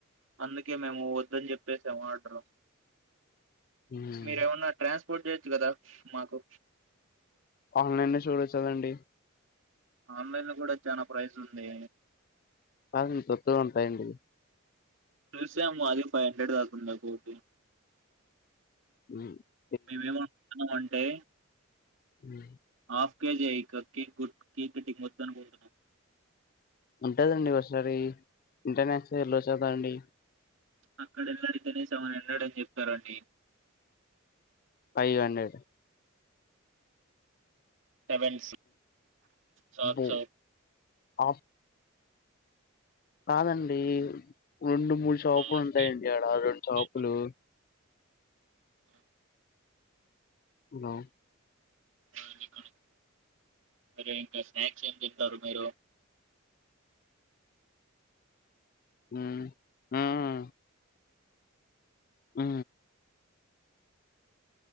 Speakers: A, on the right (about 65°); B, on the left (about 45°).
A: అందుకే మేము వద్దని చెప్పేసాం ఆర్డర్
B: హ్మ్.
A: మీర ఏమన్నా ట్రాన్స్పోర్ట్ చేయొచ్చు కదా మాకు
B: ఆన్లైన్ చూడొచ్చగదండి
A: ఆన్లైన్ లో కూడా చాలా ప్రైస్ ఉంది
B: కా కొత్తగా ఉంటాయండి
A: చూసాము అది ఫైవ్ హండ్రెడ్ కాతుంది ఒకటి
B: <unintelligible>
A: మేమేమి అంటున్నాము అంటే
B: <unintelligible>
A: హాఫ్ కేజీయే ఏక్ కు కేక్ కటింగ్ మొత్తం పోతున్నాం.
B: ఉంటదండి ఒసారి ఇంటర్నేషనల్ ఎల్లో చదా అండి.
A: అక్కడ వెళ్ళడు కనీసం వెళ్ళాడని చెప్తారండి.
B: ఫైవ్ హండ్రెడ్
A: సెవెన్స్ సాత్సౌ
B: అబ్బో! ఆఫ్ కాదండి రెండు మూడు షాపులు
A: ఆ, హాఫ్
B: ఉంటాయండి
A: కేజీ
B: ఆడ
A: హాఫ్
B: రెండు షాపులు.
A: కేజీ ఆ,
B: హలో
A: అ రికార్డ్ <inaudible> మరి ఇంకా స్నాక్స్ ఏం తింటారు మీరు?
B: ఆ ఆ ఆ ఆ